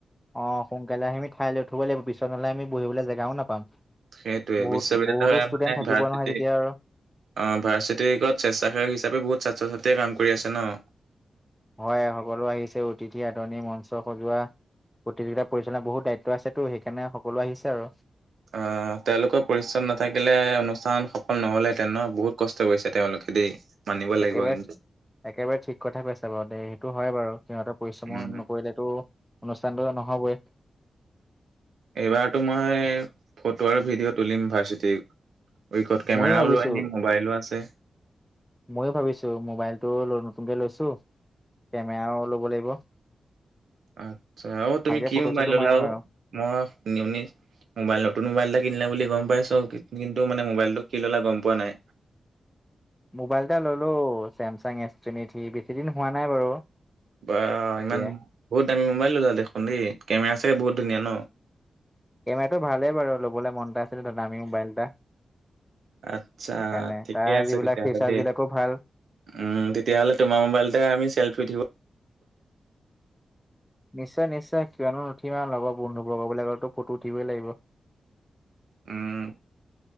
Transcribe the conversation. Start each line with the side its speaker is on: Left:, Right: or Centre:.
Centre: অ', সোনকালে আহিমি ঠাই লৈ ঠব লাগিব পিছত নহ'লে আমি বহিবলে জেগাও নাপাম।
Right: সেইটোৱে
Centre: বহুত
Right: বিশ্ববিদ্যালয়ৰ
Centre: বহুতো ষ্টুডেন্ট
Right: মানে
Centre: থাকিব
Right: ভাৰ্চিটি
Centre: নহয় তেতিয়া আৰু।
Right: অ', ভাৰ্চিটিগত স্বেচ্ছাসেৱক হিচাপে বহুত ছাত্ৰ ছাত্ৰীয়ে কাম কৰি আছে ন'।
Centre: হয় সকলো আহিছে অতিথি আদনি মঞ্চ সজোৱা। প্ৰতিযোগিতা পৰিচালনা বহুত দায়িত্ব আছেতো সেইকাৰণে সকলো আহিছে আৰু।
Right: অ', তেওঁলোকৰ পৰিচ্চন নাথাকিলে অনুষ্ঠান সফল নহলে তেনে বহুত কষ্ট কৰিছে তেওঁলোকে দেই। <unintelligible> লাগিব
Centre: একেবাৰে
Right: কিন্তু।
Centre: একেবাৰে ঠিক কথা কৈছা বাৰু দে, সেইটো হয় বাৰু সিহঁতে পৰিশ্ৰম'
Right: উম,
Centre: নকৰিলেতো অনুষ্ঠানটো নহ'বই।
Right: এইবাৰতো মই ফটো আৰু ভিডিঅ' তুলিম ভাৰ্চিটি উইকত, কেমেৰাও
Centre: ময়ো ভাবিছো
Right: লৈ আহিম, মোবাইলো আছে।
Centre: ময়ো ভাবিছো, মোবাইলটো নতুনকে লৈছোঁ। কেমেৰাও ল'ব লাগিব।
Right: আচ্ছা। অ' তুমি
Centre: ভালকে
Right: কি
Centre: ফটো
Right: মোবাইল
Centre: চটো
Right: ল'লা
Centre: মাৰিম
Right: ও?
Centre: আৰু
Right: মই <unintelligible> মোবাইল নতুন মোবাইল এটা কিনিলা বুলি গম পাইছোঁ। কি-কিন্তু মানে মোবাইলটো কি ল'লা গম পোৱা নাই।
Centre: মোবাইল এটা ললো চেমচাং এছ টুৱেন্টি থ্ৰী। বেছি দিন হোৱা নাই বাৰু।
Right: বাঃ
Centre: এতিয়া
Right: ইমান! বহুত দামী মোবাইল ল'লা দেখোন দেই। কেমেৰা চাগে বহুত ধুনীয়া ন?
Centre: কেমেৰাটো ভালেই বাৰু। ল'বলৈ মন এটা <unintelligible> দামী মোবাইল এটা। সেইকাৰণে
Right: আচ্ছা ঠিকে
Centre: তাৰ
Right: আছে
Centre: যিবিলাক
Right: তেতিয়াহ'লে
Centre: ফিচাৰ্চবিলাকো
Right: দেই।
Centre: ভাল।
Right: উম, তেতিয়াহ'লে তোমাৰ মোবাইলতে আমি চেল্ফি উঠিব
Centre: নিশ্চয়, নিশ্চয়। কিয়নো নুঠিবা আৰু লগৰ বন্ধুবৰ্গবিলাকৰতো ফটো উঠিবই লাগিব।
Right: উম।